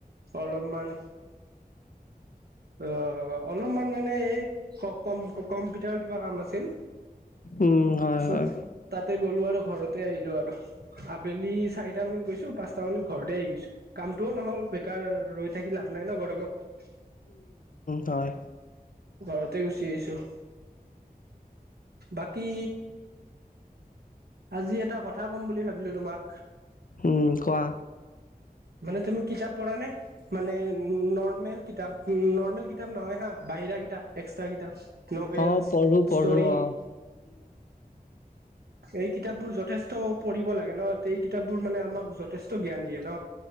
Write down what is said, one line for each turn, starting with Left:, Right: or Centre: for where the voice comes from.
Right: অলপমান। অঁ, অলমান মানে এই, ক‌ কম্পিউটাৰ কিবা কাম আছিল।
Left: উম হয়
Right: চ'
Left: হয়।
Right: তাতে গ'লো আৰু ঘৰতে আহিলো আৰ, আবেলি চাৰিটা মানত গৈছো পাঁচটা মানত ঘৰতে আহিছ। কামটো নহ'ল। বেকাৰ ৰৈ থাকি লাভ নাই ন গৰমত।
Left: হয়
Right: ঘৰতে গুচি আহিছো। বাকী, আজি এটা কথা ক'ম বুলি ভাবিলো তোমাক।
Left: ওম কোৱা।
Right: মানে তুমি কিতাপ পঢ়া নে? মানে নৰ্মেল। কিতাপ, ও নৰ্মেল কিতাপ নহয় হা বাহিৰা কিতাপ। এক্সট্ৰা কিতাপ নভেলচ,
Left: অঁ পঢ়োঁ পঢ়োঁ
Right: ষ্টৰি।
Left: অঁ
Right: এইক। কিতাপবোৰ যথেষ্ট পঢ়িব লাগে ন, তেই কিতাপবোৰ মানে আমাক যথেষ্ট জ্ঞান দিয়ে ন!